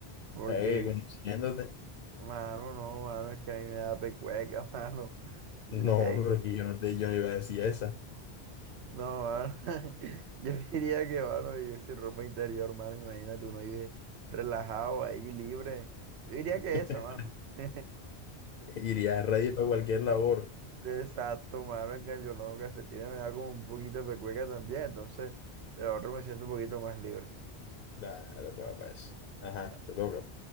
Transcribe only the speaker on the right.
Porque
Mano, no, mano, es que a mí me da pecueca, <laughs> mano. Yo
sí, ahí-
no, mano. <laughs> Yo diría que, mano, vivir sin ropa interior, mano, imagínate, uno vive relajado ahí, libre. Yo diría que
esa, mano. <laughs>
Exacto, mano, en cambio, los calcetines me da como un poquito de pecueca también, entonces, de la otra me siento un poquito más libre.
Nah.